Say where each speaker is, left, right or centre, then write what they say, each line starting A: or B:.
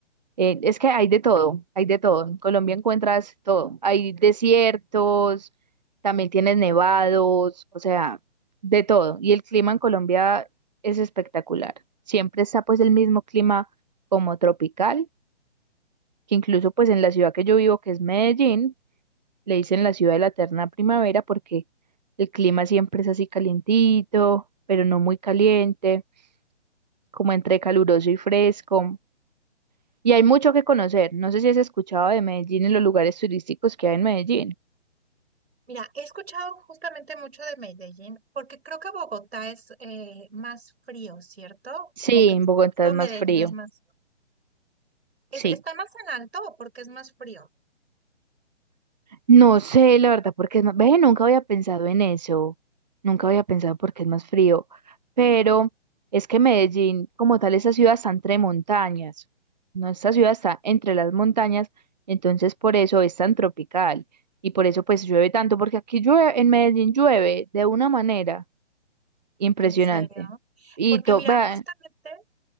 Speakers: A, on the right; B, on the right.
A: eh, es que hay de todo, hay de todo. En Colombia encuentras todo. Hay desiertos, también tienes nevados, o sea, de todo. Y el clima en Colombia es espectacular. Siempre está pues el mismo clima como tropical que incluso pues en la ciudad que yo vivo, que es Medellín, le dicen la ciudad de la eterna primavera porque el clima siempre es así calientito, pero no muy caliente, como entre caluroso y fresco. Y hay mucho que conocer. No sé si has escuchado de Medellín y los lugares turísticos que hay en Medellín.
B: Mira, he escuchado justamente mucho de Medellín, porque creo que Bogotá es eh, más frío, ¿cierto?
A: Sí,
B: Como que
A: en Bogotá
B: todo
A: es más
B: Medellín
A: frío.
B: es más, es,
A: Sí.
B: ¿está más en alto o porque es más frío?
A: No sé, la verdad, porque es más... Ve, nunca había pensado en eso. Nunca había pensado porque es más frío. Pero es que Medellín, como tal, esa ciudad está entre montañas. No, esta ciudad está entre las montañas, entonces por eso es tan tropical. Y por eso pues llueve tanto, porque aquí llueve, en Medellín llueve de una manera impresionante.
B: En serio.
A: Y
B: Porque
A: todo,
B: mira,
A: en,
B: justamente,